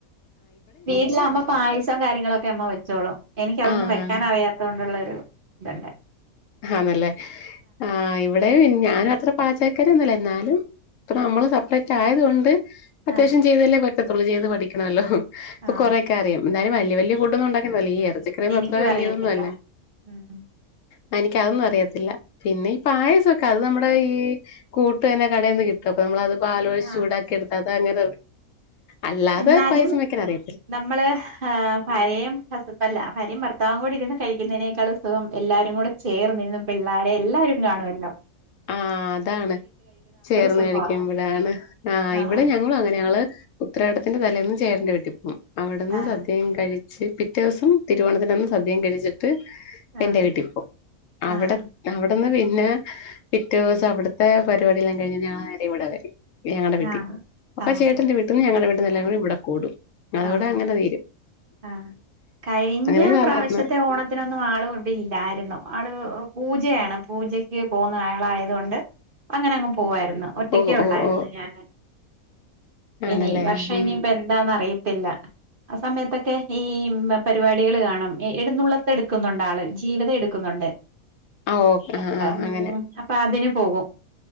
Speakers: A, on the right (about 45°); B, on the left (about 70°).
A: വീട്ടില് അമ്മ പായസം കാര്യങ്ങളൊക്കെ അമ്മ വെച്ചോളും എനിക്ക് അതൊന്നും
B: ആഹ്
A: വെക്കാൻ അറിയാത്തോണ്ടുള്ള ഇതന്നെ
B: ആണല്ലേ ആ ഇവിടെ ഞാനും അത്ര പാചകക്കാര്യോന്നല്ല എന്നാലും ഇപ്പ നമ്മള് സെപ്പറേറ്റ് ആയത് കൊണ്ട് അത്യാവശ്യം
A: ആ
B: ചെയ്തല്ലേ പറ്റത്തോള്ളൂ ചെയ്ത് പഠിക്കണല്ലോ ഇപ്പ
A: ആ
B: കൊറെക്കെ അറിയാം ന്തായാലും വല്ല്യ വല്ല്യ ഫുഡോന്നും <unintelligible> ഈ ഇറച്ചക്കറി
A: എനിക്കും
B: അത്ര വല്ല്യേതൊന്നും
A: അറിയത്തില്ല
B: അല്ലേ
A: ഉം
B: അ എനിക്ക് അഒന്നും അറിയത്തില്ല പിന്നെ ഈ പായസൊക്കെ അത് നമ്മുടെ ഈ കൂട്ട് തന്നെ കടയിന്ന് കിട്ടും അപ്പ നമ്മളത് പാലോഴി
A: ആ
B: ചൂടാക്കി എട്ത്ത അത് അങ്ങനെ അല്ലാതെ
A: എന്നാലും
B: പായസം വെക്കാനറി
A: നമ്മള് പഴയും കസപ്പല്ല ഭാര്യേം ഭർത്താവും കൂടി ഇരുന്ന് കഴിക്കുന്നതിനേ ൾസുഖം എല്ലാരും കൂടെ ചേർന്ന് ന്ന് പിള്ളാരെ എല്ലാരും കാണോല്ലോ
B: ആ അതാണ് ചേർന്ന്
A: സുഖവാണ്
B: കഴിക്കുംബയാണ് ആ
A: ആഹ്
B: ഇവിടെ ഞങ്ങളും അങ്ങനെങ്ങള് ഉത്രാടത്തിന്റെ തലേന്ന് ചേട്ടന്റെ വീട്ടി പോവും അവിടന്ന്
A: ആഹ്
B: സദ്യം കഴി പിറ്റേ ദിവസം തിരുവോണത്തിനന്ന് സദ്യം കഴിച്ചിട്ട്
A: ആഹ്
B: എന്റെ വീട്ടിൽ പോം അവടെ
A: ആഹ്
B: അവട്ന്ന് പിന്നെ പിറ്റേ ദിവസം അവട്ത്തെ പരിപാടി എല്ലാം കഴിഞ് ഞ <unintelligible> ഇവിടെ വരും ഞങ്ങളടെ വീട്ടിൽ
A: ആഹ്
B: അപ്പ
A: ആഹ്
B: ചേട്ടന്റെ വീട്ടിന്ന് ഞങ്ങളടെ വീട്ടീന്ന് ഏല്ലാവരും കൂടി ഇവിടെ കൂടും അതോടെ
A: ആഹ്
B: അങ്ങനെ തീരും
A: ആഹ് കഴിഞ്ഞ
B: അങ്ങനെ സാധാരണ
A: പ്രാവശ്യത്തെ ഓണത്തിനൊന്നും ആള് <unintelligible> ല്ലായിരുന്നു ആള് പൂജയാണ് പൂജക്ക് പോകുന്ന ആളായത് കൊണ്ട് അങ്ങനെ അങ്ങ് പോവായിരുന്നു ഒറ്റക്കെഒള്ളായിരുന്നു
B: ഓഹ് ഓഹ് ഓഹ്
A: ഞാന്
B: ആണല്ലേ
A: ഇനി വർഷം
B: ഉം
A: ഇനിയിപ്പ എന്താന്ന അറിയത്തില്ല ആ സമയത്തൊക്കെ ഈ പരിപാടികൾ കാണാം എടുന്നള്ളത്തെ എടുക്കുന്നുണ്ട് ആള് ജീവിതം എടുക്കുന്നുണ്ട്
B: ആഹ് ഓഹ് ആഹ്
A: അപ്പ
B: ആഹ് അങ്ങനെ
A: അപ്പൊ അതിന് പോകും